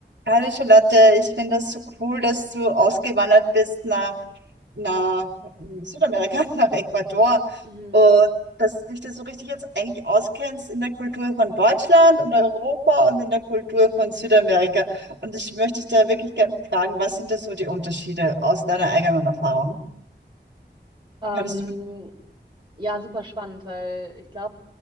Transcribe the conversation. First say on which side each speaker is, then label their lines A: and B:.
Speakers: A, on the right; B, on the right.
A: Hallo Charlotte, ich finde das so cool, dass du ausgewandert bist nach, nach Südamerika, <laughs> nach Ecuador
B: Mhm.
A: und dass dich das so richtig jetzt eigentlich auskennst in der Kultur von Deutschland und Europa und in der Kultur von Südamerika. Und ich möchte dich da wirklich gerne fragen, was sind da so die Unterschiede aus deiner eigenen Erfahrung?
B: Ähm,
A: Könntest du,
B: ja, super spannend, weil ich glaube,